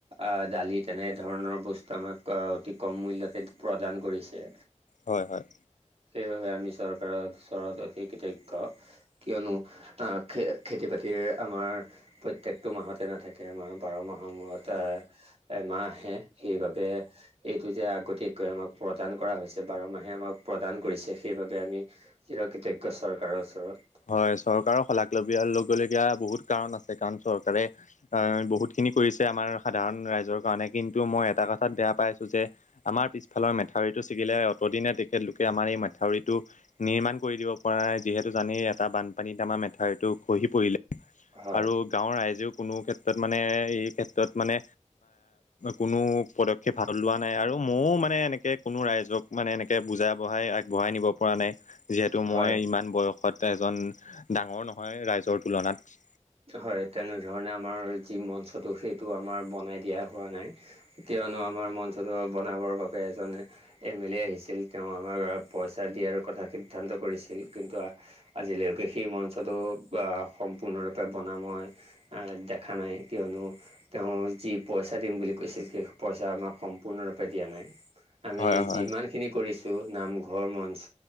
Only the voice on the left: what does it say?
হয় হয়
হয় চৰকাৰৰ শলাগ লবিয়াৰ লগবলগীয়া বহুত কাৰণ আছে কাৰণ চৰকাৰে আহ বহুত খিনি কৰিছে আমাৰ সাধাৰণ ৰাইজৰ কাৰণে কিন্তু মই এটা কথাত বেয়া পাইছো যে আমাৰ পিছফালৰ মেথাউৰিটো ছিগিলে অতদিনে তেখেতলোকে আমাৰ এই মেথাউৰিত টো নিৰ্মাণ কৰি দিব পৰা নাই যিহেতু জানেই এটা বানপানীত আমাৰ মেথাউৰীটো খহি পৰিলে <unintelligible>
আৰু গাঁৱৰ ৰাইজেও কোনো ক্ষেত্ৰত মানে এই ক্ষেত্ৰত মানে কোনো পদক্ষেপ হাত লোৱা নাই আৰু ময়ো মানে এনেকে কোনো ৰাইজক মানে এনেকে বুজা বঢ়াই আগবঢ়াই নিব পৰা নাই যিহেতু মই
ইমান বয়সত এজন ডাঙৰ নহয় ৰাইজৰ তুলনাত
হয় হয়